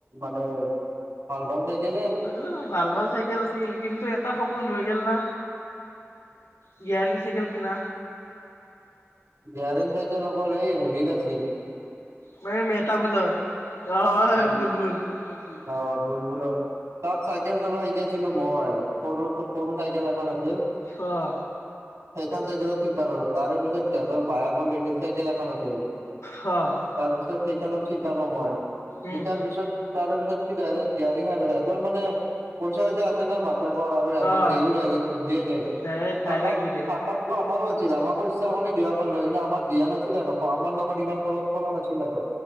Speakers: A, on the right; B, on the left.
A: মানে ভাল-ভাল চাইকেল
B: উ, ভাল-ভাল চাইকেল আছিল কিন্তু এটা সপোন হৈ গল না। গীয়াৰিং চাইকেল কিনা,
A: গীয়াৰিং চাইকেল অকল এই হেৰিত আছে।
B: ম মেটা বুলত অ,
A: বুল
B: বুলবুল-বুলবুল-বুলবুল,
A: অ, বুলবুল তাক চাইকেল চলোৱা শিকাইছিলো মই। সৰু-সৰু চাইকেল এখন আছিল।
B: অ অ
A: সেইখন চাইকেলৰ কৃপাত আৰু তাৰে পিছত সিহতঁৰ বায়েকৰ লেডিজ চাইকেল এখন আছিল।
B: অ',
A: তাৰপিছত সেইখনত শিকালো মই,
B: উম,
A: শিকাৰ পিছত তাৰপিছত সি ডাইৰেক্ট কগীয়াৰিং আৰু সিহঁৰ মানে পইচা চইচা আছে বাপ আৰু সিহঁত
B: অ'।
A: দেও নাই ন খুন্দিয়ে নিয়
B: ডাইৰে ডাইৰেক্ট
A: থাকাত-থাকাত।
B: দি দে,
A: ত' আমাৰো আছিল আমোকো ইচ্ছা কৰিলে দিব পাৰলে কিন্তু আমাৰ দিয়া নাছিলে আৰু খোৱাৰ নামত। ইমান খৰচ কৰা নাছিল আৰু